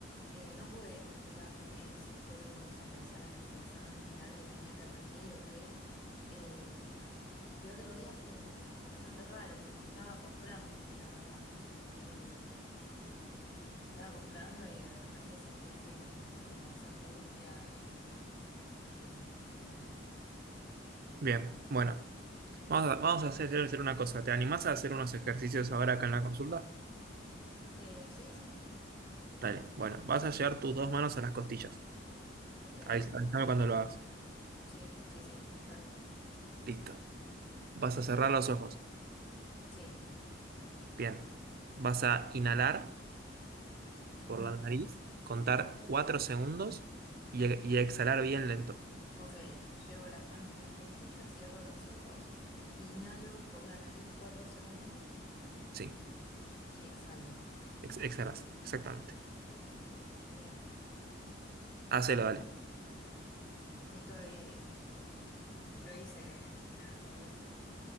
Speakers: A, on the left; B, on the right.
A: Eh, no pude identificar muy bien si fue que me puse a pensar en este examen final que tenía que rendir o qué. Em, y otro día fue como bastante raro porque estaba comprando, la verdad. Y, y estaba comprando y de repente sentí así como, como esa angustia y, y nada.
B: Bien, bueno, vamos a, vamos a hacer, hacer una cosa. ¿Te animás a hacer unos ejercicios ahora acá en la consulta?
A: Eh, sí, sí,
B: Dale, bueno, vas a llevar tus dos manos a las costillas.
A: ok.
B: Ahí, avísame cuando lo hagas.
A: Sí, sí, sí, ya estoy.
B: Listo. Vas a cerrar los ojos.
A: Sí.
B: Bien. Vas a inhalar
A: ujú.
B: por la nariz, contar cuatro segundos y, e- y exhalar bien lento.
A: Ok, llevo las manos a las costillas, cierro los ojos, inhalo por la nariz cuatro segundos.
B: Sí,
A: Y exhalo.
B: ex- exhalas. Exactamente.
A: Bien.
B: Hacelo, dale.
A: Estoy, el- lo hice una, dos veces.